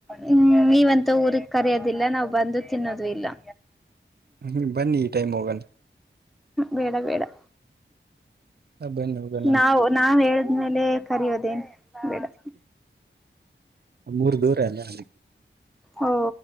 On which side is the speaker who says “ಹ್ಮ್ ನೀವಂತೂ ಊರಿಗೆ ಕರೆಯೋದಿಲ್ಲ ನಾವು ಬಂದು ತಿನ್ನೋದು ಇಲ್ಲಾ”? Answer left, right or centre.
Centre